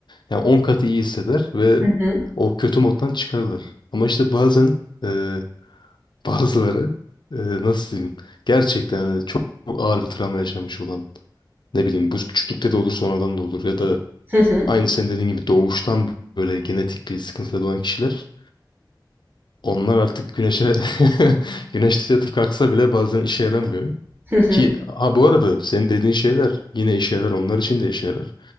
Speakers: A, on the left; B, on the right.
A: yani 10 katı iyi hisseder ve
B: Hı hı.
A: o kötü moddan çıkarlar. Ama işte bazen e, <laughs> bazıları e, nasıl diyeyim gerçekten hani çok çok ağır bir travma yaşamış olan ne bileyim bu küçüklükte de olur sonradan da olur ya da
B: Hı hı.
A: aynı senin dediğin gibi doğuştan böyle genetik bir sıkıntıda doğan kişiler onlar artık güneşe <laughs> güneşte yatıp kalksa bile bazen işe yaramıyor.
B: Hı hı.
A: Ki ha bu arada senin dediğin şeyler yine işe yarar onlar için de işe yarar.